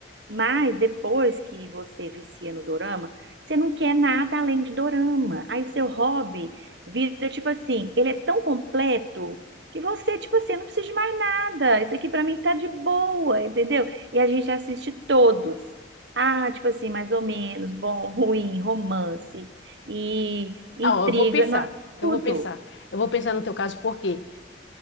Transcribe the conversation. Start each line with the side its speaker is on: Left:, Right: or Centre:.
Right: Mas depois que você vicia no dorama, você não quer nada além de dorama. Aí o seu hobby vira tipo assim, ele é tão completo que você, tipo assim, eu não preciso de mais nada. Isso aqui pra mim tá de boa, entendeu? E a gente assiste todos. Ah, tipo assim, mais ou menos, bom, <laughs> ruim, romance e intriga,
Left: Ah, ó, eu vou pensar.
Right: nó-
Left: Eu
Right: tudo.
Left: vou pensar. Eu vou pensar no teu caso, porque